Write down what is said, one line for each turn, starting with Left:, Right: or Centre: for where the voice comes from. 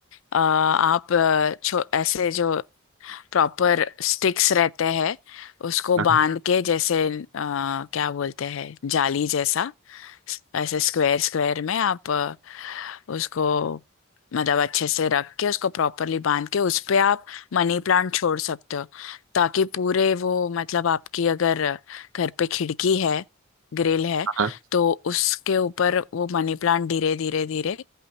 Left: अ, आप अ, छो ऐसे जो प्रॉपर स्टिक्स रहते हैं उसको
Right: हाँ हाँ,
Left: बांध के जैसे आ, क्या बोलते हैं जाली जैसा ऐसे स्क्वायर स्क्वायर में आप अ, उसको मतलब अच्छे से रख के उसको प्रॉपरली बांध के उस पे आप मनी प्लांट छोड़ सकते हो ताकि पूरे वो मतलब आपकी अगर घर पे खिड़की है ग्रिल है
Right: हाँ,
Left: तो उसके ऊपर वो मनी प्लांट धीरे धीरे धीरे